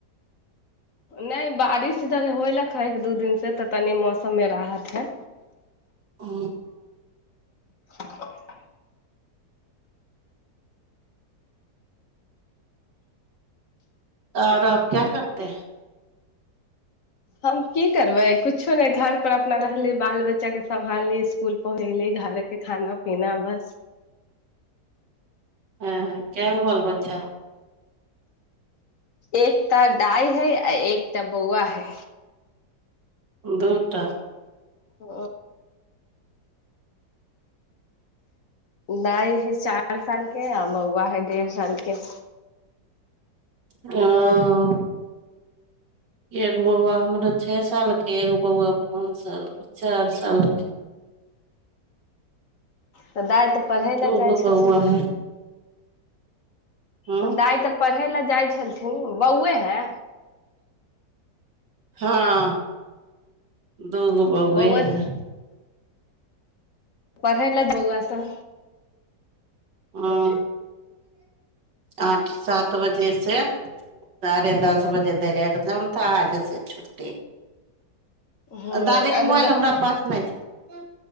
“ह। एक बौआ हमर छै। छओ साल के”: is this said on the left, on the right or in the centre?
Right